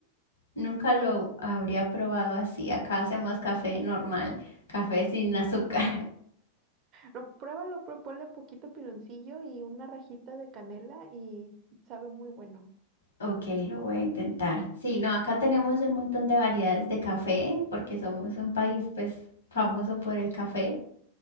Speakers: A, on the left; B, on the right.
A: nunca lo
B: y
A: habría probado así, acá hacemos café normal, café sin <laughs> azúcar.
B: No, pruébalo, pero ponle poquito piloncillo y una rajita de canela y sabe muy bueno.
A: Ok, lo voy a intentar. Sí, no, acá tenemos un montón de variedades de café porque somos un país pues famoso por el café